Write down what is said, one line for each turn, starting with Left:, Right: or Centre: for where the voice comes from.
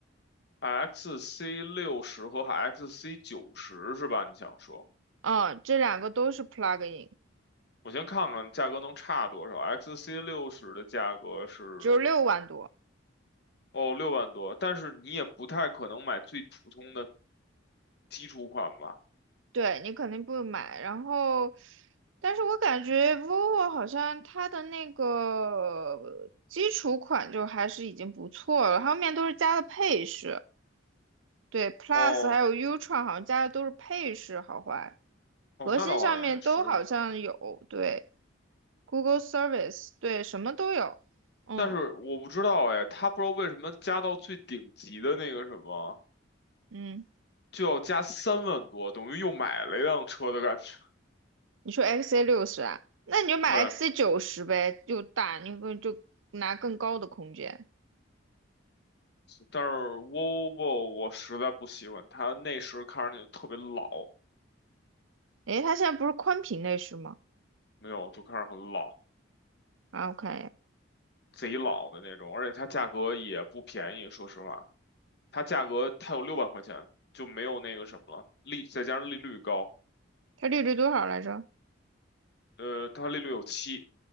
Left: ，XC 六十和 XC 九十是吧？你想说，
Right: 嗯，这两个都是 plug-in，
Left: 我先看看价格能差多少？XC 六十的价格是
Right: 只有六万多，
Left: 哦六万多，但是你也不太可能买最普通的基础款吧？
Right: 对你肯定不买。然后，但是我感觉 vivo 好像它的那个基础款就还是已经不错了，后面都是加的配饰，对，Plus
Left: 哦
Right: 还有 Ultra 好像加的都是配饰，好坏，
Left: 哦，
Right: 核心上面都好像有，
Left: 那倒好像也是，
Right: 对，Google Service，对，什么都有，嗯
Left: 但是我不知道哎，它不知道为什么加到最顶级的那个什么。
Right: 嗯。
Left: 就要加三万多，等于又买了一辆车的感觉。
Right: 你说 XA 六十啊？那你就买
Left: 对，
Right: XA 九十呗，又大，你不就拿更高的空间？
Left: 但是 Volvo 我实在不喜欢，它内饰看上去特别老，
Right: 诶，它现在不是宽屏内饰吗？
Left: 没有就看着很老，
Right: 啊，我看一眼，
Left: 贼老的那种，而且它价格也不便宜，说实话，它价格它有六万块钱，就没有那个什么了，利再加上利率高，
Right: 它利率多少来着？
Left: 呃，它利率有七，